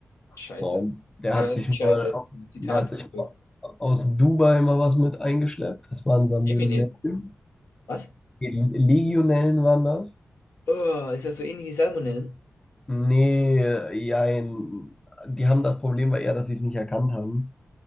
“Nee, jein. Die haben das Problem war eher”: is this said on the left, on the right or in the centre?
Left